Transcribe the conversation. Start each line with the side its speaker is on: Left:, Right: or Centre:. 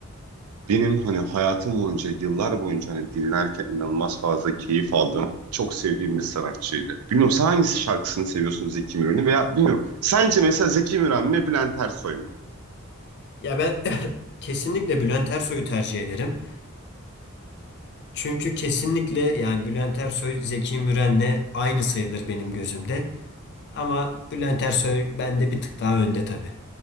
Right: Benim hani hayatım boyunca, yıllar boyunca hani dinlerken inanılmaz fazla keyif aldığım, çok sevdiğim bir sanatçıydı. Bilmiyorum sen hangisi şarkısını seviyorsun Zeki Müren'in veya bilmiyorum. Sence mesela Zeki Müren mi, Bülent Ersoy mu?
Left: Ya ben <laughs> kesinlikle Bülent Ersoy'u tercih ederim. Çünkü kesinlikle yani Bülent Ersoy Zeki Müren'le aynı sayılır benim gözümde. Ama Bülent Ersoy bende bir tık daha önde tabii.